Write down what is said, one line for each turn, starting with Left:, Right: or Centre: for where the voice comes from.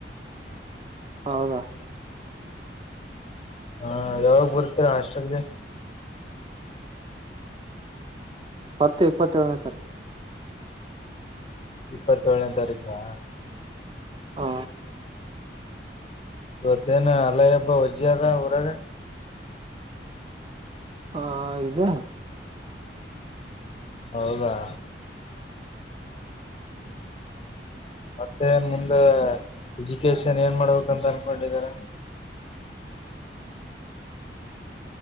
Right: ಹೌದಾ
Left: ಹಾ ಯಾವಾಗ್ ಬರ್ತೀರ ಹಾಸ್ಟೆಲ್ಗೆ
Right: ಬರ್ತ ಇಪ್ಪತ್ತೇಳಳನೇ ತಾರೀಕು
Left: ಇಪ್ಪತ್ತ ಏಳನೇ ತಾರೀಕಾ
Right: ಹಾ
Left: ತ್ತನ ಅಲಯ ಅಬ್ಬ ವಜ್ಜಿಅದ ಉಊರಾಗ
Right: ಹ ಇದು
Left: ಹೌದಾ ಮತ್ತೆ ಏನ್ ಮುಂದ ಎಜುಕೇಶನ್ ಏನ್ ಮಾಡ್ಬೇಕಂತ ಅನ್ಕೊಂಡಿದ್ದಾರೆ
Right: ಎಜ